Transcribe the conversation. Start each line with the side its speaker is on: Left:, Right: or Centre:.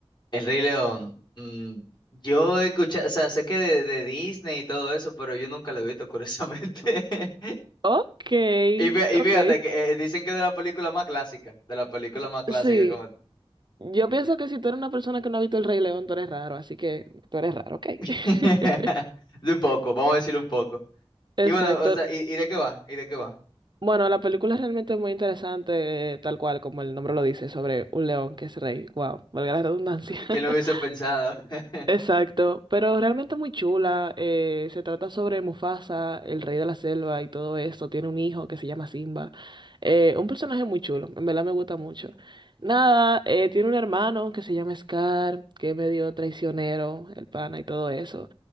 Left: El Rey León. mm, yo he escuchado, o sea, sé que de, de Disney y todo eso, pero yo nunca lo he visto, curiosamente. <laughs>
Right: Ok,
Left: Y, fí- y
Right: ok.
Left: fíjate que eh, dicen que es de la película más clásica, de la película
Right: <laughs>
Left: más clásica,
Right: Sí,
Left: como...
Right: yo pienso que si tú eres una persona que no ha visto El Rey León, tú eres raro, así que tú eres raro, ok.
Left: <laughs>
Right: <laughs>
Left: De un poco, vamos a decir un poco.
Right: Exacto.
Left: Y bueno, o sea, ¿y, y de qué va? ¿Y de qué va?
Right: Bueno, la película es realmente muy interesante, eh, tal cual como el nombre lo dice, sobre un león que es rey. Wow, valga la redundancia. <laughs>
Left: ¿Quién lo hubiese pensado? <laughs>
Right: Exacto, pero realmente muy chula. eh, se trata sobre Mufasa, el rey de la selva y todo esto. Tiene un hijo que se llama Simba. Eh, un personaje muy chulo, en verdad me gusta mucho. Nada, eh, tiene un hermano que se llama Scar, que es medio traicionero, el pana y todo eso.